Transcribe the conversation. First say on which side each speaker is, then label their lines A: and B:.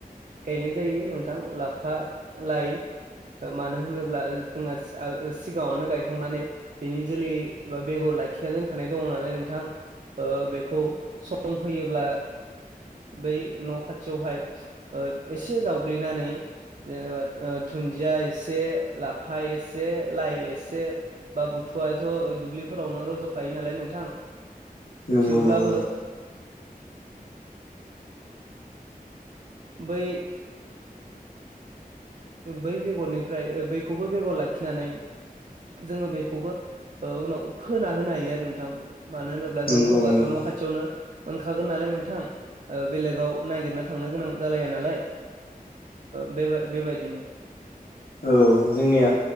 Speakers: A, on the right; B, on the left.
A: गायनाय जायो नोंथां लाफा लाइ मानो होनोब्ला अब्ला जोंहा सिगाङावनो गायखांनानै बेनि जोलै बा बेगर लाखिना दोनखानाय दङ माने नोंथां ओ बेखौ सम फैयोब्ला बै न' खाथि बेवहाय एसे जावग्लिनानै जेनेबा दुन्दिया एसे लाफा एसे लाइ एसे बा बुथुआाथ' दुब्लिफोरावनो रज' खायो नालाय नोंथां
B: नंगौ
A: थेवब्लाबो
B: नंगौ
A: बै बै बेगरनिफ्राय बैखौबो बेगर लाखिनानै जोङो बेखौबो उनाव फोना होनो हायो आरो नोंथां मानो होनोब्ला
B: नंगौ
A: जों फोबाथ'
B: नंगौ
A: न' खाथियावनो मोनखागोन नालाय नोंथां बेलेगाव नायगिरनो थांनो गोनां जालाया नालाय बे बेबायदिनो।
B: औ जोंनिया